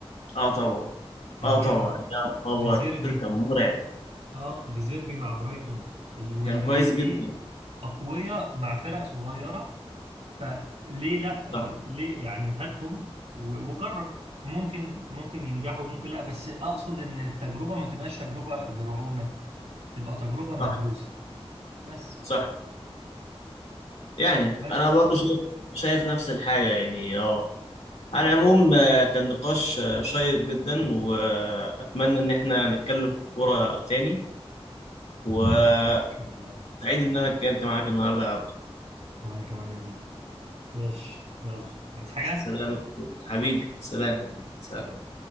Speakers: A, on the left (about 85°); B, on the right (about 80°).
A: اه طبعا
B: كان
A: اه طبعا
B: جامد
A: يا خبر
B: ديزيربي
A: بوتر كان مرعب
B: اه ديزيربي مع برايتون المدربين
A: كان كويس جدا
B: دي اقوياء مع فرق صغيره فليه لا
A: صح
B: آه، ليه يعني هاتهم و- وجرب ممكن ممكن ينجحوا ممكن لا بس اقصد ان التجربه ما تبقاش تجربه برعونه تبقى تجربه مدروسه
A: صح
B: بس
A: صح يعني
B: بس
A: انا برضو شايف شايف نفس الحاجه يعني اه على العموم آه، كان نقاش آه، شيق جدا واتمنى ان احنا نتكلم في الكوره تاني وسعيد
B: يا رب ان شاء الله
A: ان انا اتكلمت معاك النهارده يا عبد
B: وانا كمان يا زيزو ماشي يلا عايز حاجه
A: سلام حبيبي سلام
B: حبيبي
A: سلام
B: سلام